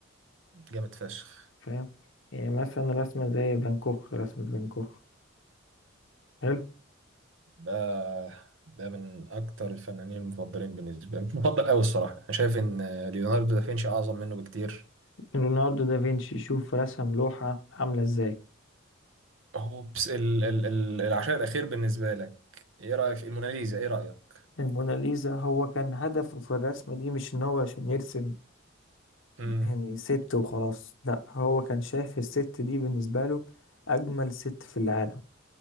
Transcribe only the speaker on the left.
فاهم يعني مثلا رسمة زي فان كوخ رسمة فان كوخ حلو
ليوناردو دافنشي شوف رسم لوحة عاملة ازاي
الموناليزا هو كان هدفه في الرسمة دي مش ان هو عشان يرسم
يعني ست وخلاص لا هو كان شايف الست دي بالنسبة له اجمل ست في العالم